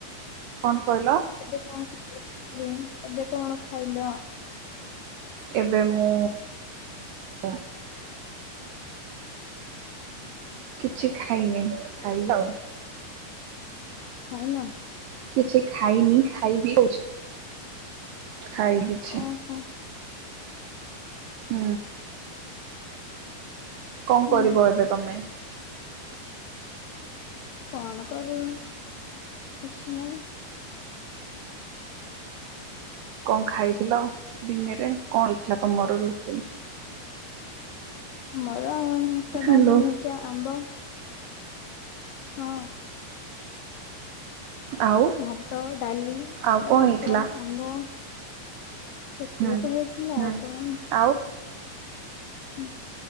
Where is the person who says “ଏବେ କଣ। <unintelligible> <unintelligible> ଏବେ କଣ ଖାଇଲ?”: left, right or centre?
Left